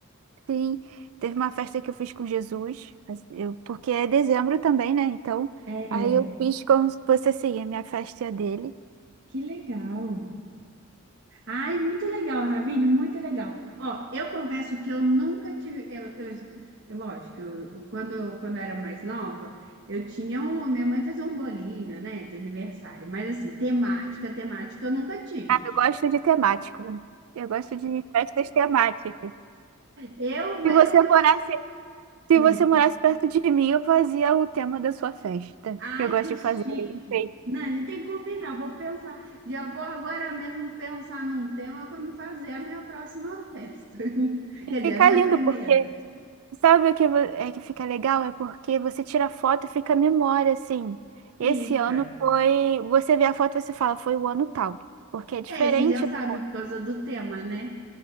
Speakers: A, on the right; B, on the right.
A: Sim, teve uma festa que eu fiz com Jesus, assim, eu, porque é dezembro também, né? Então,
B: É,
A: aí eu fiz como se fosse assim, a minha festa e a dele.
B: que legal. Ai, muito legal, Ravine, muito legal. Ó, eu confesso que eu nunca tive, eu, eu- eu- lógico, eu, eu- quando, eu, quando eu era mais nova, eu tinha um, minha mãe fazia um bolinho, né, de aniversário, mas assim, temática, temática eu nunca tive.
A: Ah, eu gosto de temático. Eu gosto de festas temáticas.
B: Eu, mas
A: Se você
B: eu fiquei
A: morasse, se
B: <laughs>
A: você morasse perto de mim, eu fazia o tema da sua festa.
B: Ai,
A: que Eu gosto
B: que
A: de
B: chique!
A: fazer enfeite.
B: Não, a gente tem que combinar. Vou pensar, já vou agora mesmo pensar num tema para me fazer a minha próxima festa. <laughs>
A: E
B: Quer
A: fica
B: dizer, a minha
A: lindo,
B: primeira.
A: porque Sabe o que vo- é que fica legal? É porque você tira foto e fica a memória, assim.
B: Fica.
A: Esse ano foi. Você vê a foto e você fala, foi o ano tal. Porque é diferente.
B: É, você já sabe
A: do-
B: por causa do tema, né?